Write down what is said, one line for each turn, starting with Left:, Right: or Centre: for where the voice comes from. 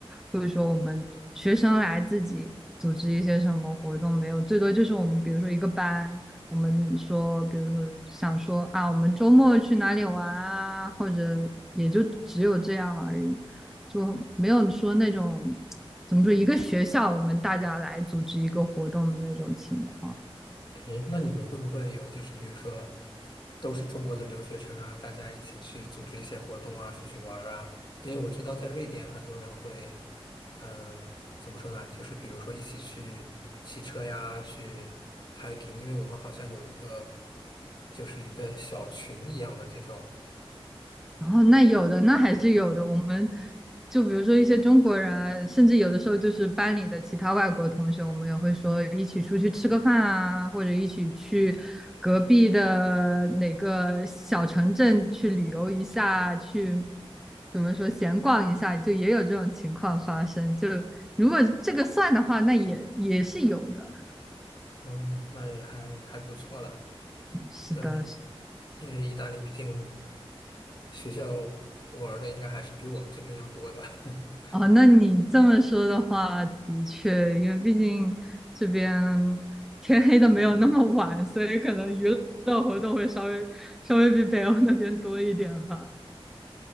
Centre: 或者说我们学生来自己组织一些什么活动没有，最多就是我们比如说一个班，我们说比如说想说啊，我们周末去哪里玩啊，或者也就只有这样而已，就没有说那种怎么说一个学校我们大家来组织一个活动的那种情况。
Left: 诶，那你们会不会有就是比如说都是中国的留学生啊，大家一起去组织一些活动啊，出去玩儿啊？因为我知道在瑞典很多人会，呃，怎么说呢？就是比如说一起去骑车呀，去 hiking，因为我们好像有一个就是一个小群一样的这种，
Centre: 哦，那有的，那还是有的。我们就比如说一些中国人啊甚至有的时候就是班里的其他外国同学，我们也会说一起出去吃个饭啊，或者一起去隔壁的哪个小城镇去旅游一下，去怎么说闲逛一下，就也有这种情况发生。就如果这个算的话，那也也是有的。
Left: 嗯，那也还还不错啦。
Centre: 是的，
Left: 对，因为意大利毕竟学校玩儿的应该还是比我们这边要多的。<laughs>
Centre: 哦，那你这么说的话，的确，因为毕竟这边天黑的没有那么晚，所以可能娱乐活动会稍微稍微比北欧那边多一点吧。